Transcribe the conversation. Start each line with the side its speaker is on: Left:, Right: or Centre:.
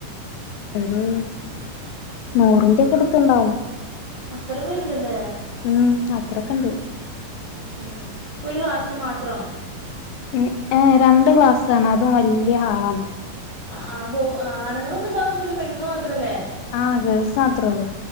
Left: ഒരു നൂറിന്റെ ഒക്കെ അടുത്ത്ണ്ടാവും.
Right: അത്രേ പേരുണ്ടല്ലേ
Left: ഉം അത്രൊക്കെണ്ട്
Right: ഉം. ഉം ഉം ഒര് ക്ലാസ്സില് മാത്രം.
Left: ഉം ഏഹ് രണ്ട് ക്ലാസ്സാണ് അതും വല്ല്യാ ഹാളാണ്.
Right: ആഹ്, ആഹ് ബോ ആഹ് ആണുങ്ങളൊന്നും ഇണ്ടാവൂലല്ലോ പെണ്ണുങ്ങൾ മാത്രല്ലേ?
Left: ആഹ് ഗേൾസ് മാത്രേ ഉള്ളൂ